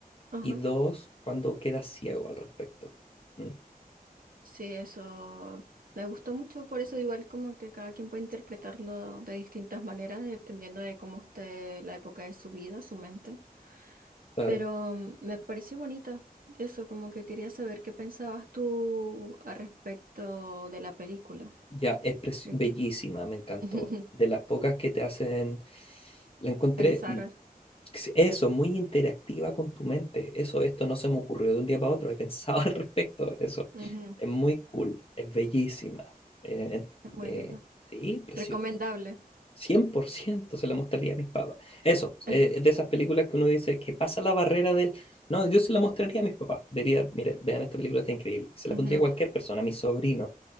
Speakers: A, on the right (about 65°); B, on the left (about 35°).
A: Ajá.
B: Y dos, cuando queda ciego al respecto. Mm,
A: Sí, eso me gustó mucho, por eso igual como que cada quien puede interpretarlo de distintas maneras, dependiendo de cómo esté la época de su vida, su mente.
B: claro.
A: Pero mm, me pareció bonita, eso como que quería saber qué pensabas tú al respecto de la película.
B: Ya, es preci-
A: Eh,
B: bellísima, me encantó.
A: <laughs>
B: De las pocas que te hacen, la encontré,
A: Pensar,
B: mm, s- eso, muy interactiva con tu mente. Eso, esto no se me ocurrió de un día para otro, he pensado <laughs> al respecto. Eso,
A: ujú,
B: es muy cool, es bellísima. Eh,
A: es muy
B: eh,
A: linda.
B: sí, precioso.
A: Recomendable.
B: cien por ciento se la mostraría a mis papás. Eso, eh,
A: <laughs>
B: es de esas películas que uno dice que pasa la barrera del... No, yo se la mostraría a mis papás. Diría, mire, vean esta película, está increíble. Se la
A: Ujú.
B: pondría a cualquier persona, a mi sobrino.